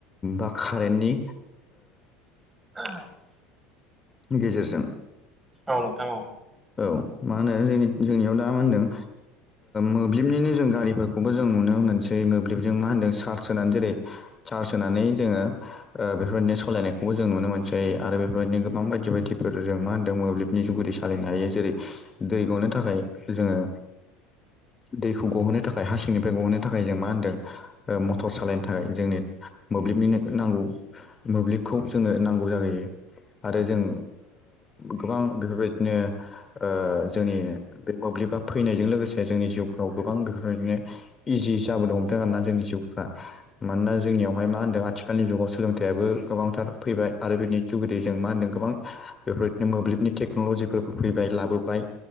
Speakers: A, on the left; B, on the right.
A: बा कारेन्टनि
B: <unintelligible>
A: नि गेजेरजों
B: औ नोंथां औ
A: औ मा होनो जों जोंनियाव दा होनदों। मोब्लिबनिनो जों गारिफोरखौबो जों नुनो मोनसै मोब्लिबजों मा होन्दों चार्ज होनानै जेरै। चार्ज होनानै जोङो बेफोरबायदिनो सालायनायखौबो जों नुनो मोनसै आरो बेफोरबायदिनो गोबां बायदि बायदिफोर जों मा होनदों मोब्लिब नि जुगिददि सालायनो हायो जेरै दै गनो थाखाय जोङो दैखौ गहोनो थाखाय हा सिंनिफ्राय गहोनो थाखाय जों मा होनदों। मटर सालायनो थाखाय जोंनो मोब्लिबनिनो नांगौ। मोब्लिबखौ जोंनो नांगौ जाहैयो आरो जों। गोबां बेफोरबायदिनो ओ जोंनि बे मोब्लिबा फैनायजों लोगोसे जोंनि जिउफ्राव गोबां बेफोरबायदिनो इजि जाबो हमदों आरोना जोंनि जिउफ्रा मानोना जोंनियावहाय मा होनदों आथिखालनि जुगाव सोलोंथाइयाबो गोबांथार फैबाय आरो बिनि जथुदै जों मा होनदों गोबां बेफोरबायदिनो मोब्लिबनि टेक्न'लजिफोर फैबाय लाबोबाय।